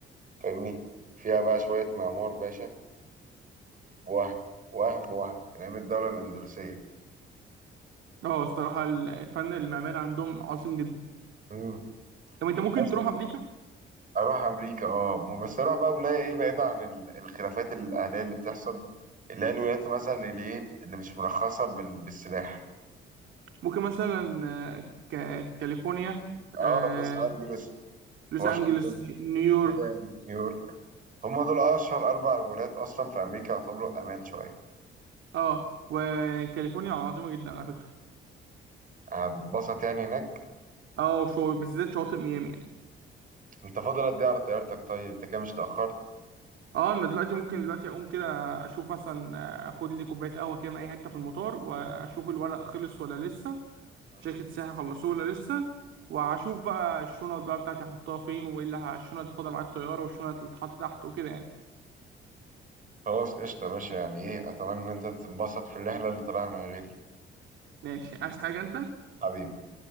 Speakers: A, on the right (about 40°); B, on the right (about 75°).
A: فاهمني فيها بقى شويه معمار باشا وهم وهم وهم من ايام الدوله الاندلسيه
B: اه الصراحة الفن المعماري عندهم عظيم جدا
A: امم
B: طب انت ممكن
A: بس
B: تروح امريكا
A: اروح امريكا اه مو- بس اروح بقى ولايه ايه بعيده عن ال- الخلافات الاهليه اللي بتحصل اللي هي الولايات مثلا اللي ايه اللي مش مرخصه بال- بالسلاح
B: ممكن مثلا آه، ك- كاليفورنيا
A: اه
B: آه،
A: لوس انجلوس
B: لوس
A: واشنطن
B: انجلوس نيويورك
A: كده يعني نيويورك هم دول اشهر اربع ولايات اصلا في امريكا يعتبروا امان شويه
B: اه وكاليفورنيا عظيمة جدا على فكرة
A: هتبسط يعني هناك
B: اه وشو بالذات شواطئ ميامي
A: انت فاضل قد ايه على طيارتك طيب انت كده مش اتأخرت
B: اه انا دلوقتي ممكن دلوقتي اقوم كده اشوف مثلا آه، اخد لي كوبايه قهوه كده من اي حته في المطار واشوف الورق خلص ولا لسه
A: مم.
B: شركه السياحه خلصوه ولا لسه واشوف بقى الشنط بقى بتاعتي احطها فين وايه اللي ه- الشنط اللي هاخدها مع الطياره والشنط اللي تتحط تحت وكده يعني
A: خلاص قشطة يا باشا يعني ايه اتمنى ان انت تتبسط في الرحلة اللي طالعها من غيري
B: ماشي عايز حاجه انت
A: حبيبي